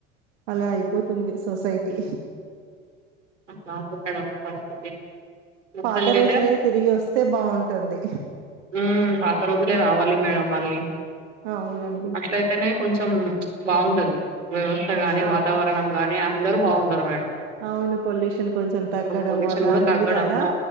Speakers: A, on the right; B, on the right.
A: అలా అయిపోతుంది సొసైటీ
B: పాపం మేడం పరిస్థితి. మొత్తానికైతే
A: పాత రోజులే తిరిగి వస్తే బావుంటుంది.
B: ఉమ్ పాత రోజులే రావాలి మేడం మళ్ళీ
A: అవునం
B: అట్లైతేనే కొంచం బావుంటది వ్యవస్థ గానీ,
A: అవును
B: వాతావరణం గానీ, అందరు బావుంటరు మేడం.
A: అవును పొల్యూషన్ కొంచం తగ్గడం
B: పొల్యూషన్
A: అలా
B: కూడా
A: అన్ని
B: తగ్గడము
A: విధాలా